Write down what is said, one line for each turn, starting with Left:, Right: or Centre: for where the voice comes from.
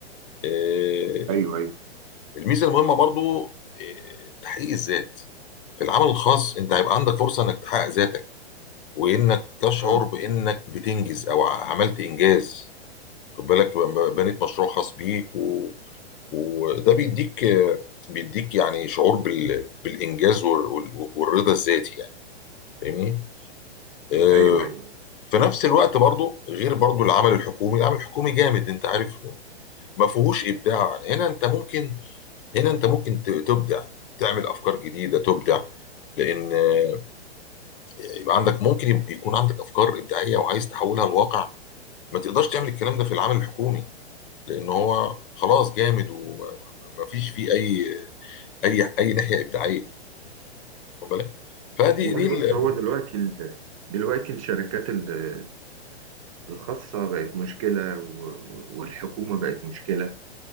Left: آه،
Right: ايوه ايوه
Left: الميزة المهمة برضو آه، تحقيق الذات في العمل الخاص انت هيبقى عندك فرصة انك تحقق ذاتك وانك تشعر
Right: مم.
Left: بانك بتنجز او ع- عملت انجاز خد بالك بنيت مشروع خاص بيك و... وده بيديك بيديك يعني شعور بال... بالانجاز وال... وال- والرضا الذاتي يعني فاهمني آه،
Right: ايوه ايوه ايوه
Left: في نفس الوقت برضو غير برضو العمل الحكومي العمل الحكومي جامد انت عارف ما فيهوش ابداع هنا انت ممكن هنا انت ممكن ت- تبدع تعمل افكار جديده تبدع لان آه، يبقى عندك ممكن يب- يكون عندك افكار ابداعيه وعايز تحولها لواقع ما تقدرش تعمل الكلام ده في العمل الحكومي لان هو خلاص جامد ومفيش فيه اي اي اي ناحيه ابداعيه واخد بالك فدي
Right: والله
Left: دي ال-
Right: بص هو دلوقتي ال... دلوقتي الشركات ال- الخاصة بقت مشكلة و- والحكومة بقت مشكلة